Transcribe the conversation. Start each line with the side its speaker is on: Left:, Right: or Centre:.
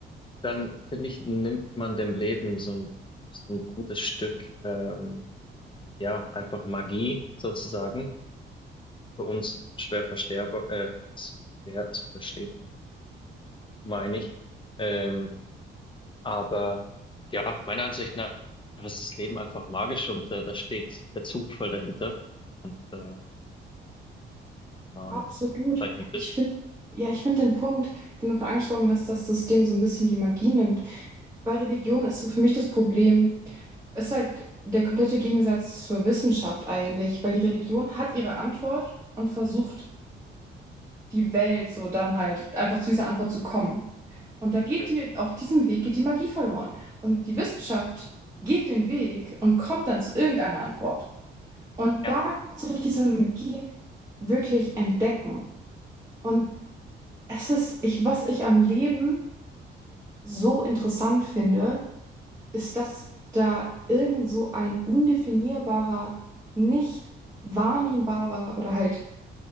Left: dann finde ich, nimmt man dem Leben so ein, so ein gutes Stück, ähm, ja, einfach Magie sozusagen, für uns schwer versterber, äh, ja, zu verstehen, meine ich. Ähm, Aber ja, meiner Ansicht nach ist das Leben einfach magisch und äh, da steht der Zufall dahinter. Und äh, keine Ahnung,
Right: Absolut.
Left: zeigt mich ein bisschen.
Right: Ich finde, ja, ich finde den Punkt, den du vorhin angesprochen hast, dass das dem so ein bisschen die Magie nimmt. Bei Religion ist so für mich das Problem, ist halt der komplette Gegensatz zur Wissenschaft eigentlich, weil die Religion hat ihre Antwort und versucht, die Welt so dann halt einfach zu dieser Antwort zu kommen. Und da geht
Left: Mhm.
Right: die, auf diesem Weg geht die Magie verloren. Und die Wissenschaft geht den Weg und kommt dann zu irgendeiner Antwort. Und
Left: Ja,
Right: da kannst du durch diese Magie wirklich entdecken. Und es ist, ich, was ich am Leben so interessant finde, ist, dass da irgend so ein undefinierbarer, nicht wahrnehmbarer oder halt,